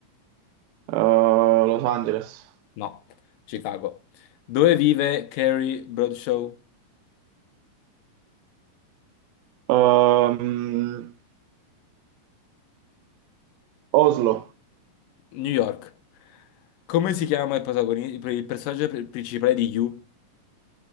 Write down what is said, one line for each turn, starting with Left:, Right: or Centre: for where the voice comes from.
Right: Los Angeles.
Left: No, Chicago. Dove vive Carrie Bradshaw?
Right: Ehm, Oslo.
Left: New York. Come si chiama il, protagoni- il personaggio pri- principale di You?